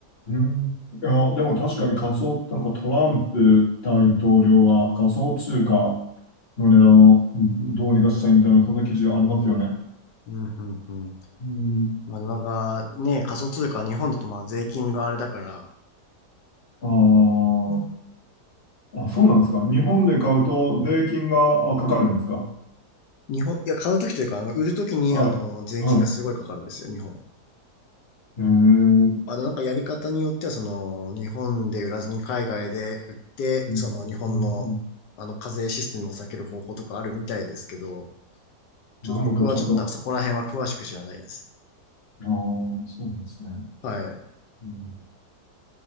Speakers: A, on the left; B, on the left.
A: うん。いや、でも確かに仮想、なんかトランプ大統領は仮想通貨の値段をうんどうにかしたいみたいな、そんな記事ありますよね。
B: うん、うん、うん。
A: うん。
B: まあでもなんかね、仮想通貨は日本だとまあ税金があれだから、
A: あ
B: うん
A: あ、あ、そうなんですか。日本で買うと税金があかかるんですか。
B: 日本、いや、買うときというか、あの、売るときに、
A: はい。
B: あの、税金がすごいかかるんですよ、
A: はい。
B: 日本。
A: ええ
B: あの、なんかやり方によっては、その、日本で売らずに海外で売って、
A: うん、
B: その、日本の、
A: うん、うん。
B: あの、課税システムを避ける方法とかあるみたいですけど、
A: なんかちょっと、
B: ちょっと僕はちょっとなんかそこら辺は詳しく知らないです。
A: ああ、そうなんですね。
B: はい。
A: うん、